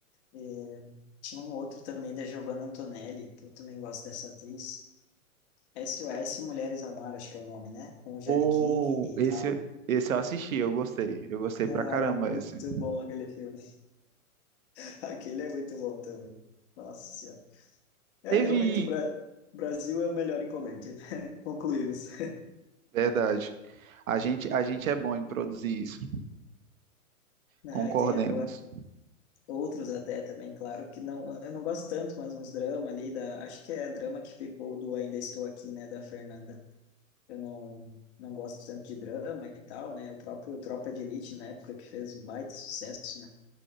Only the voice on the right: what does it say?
Ou esse,
esse eu assisti, eu gostei. Eu gostei
pra caramba
esse.
Teve,
verdade. A gente, a gente é bom em produzir isso,
concordemos.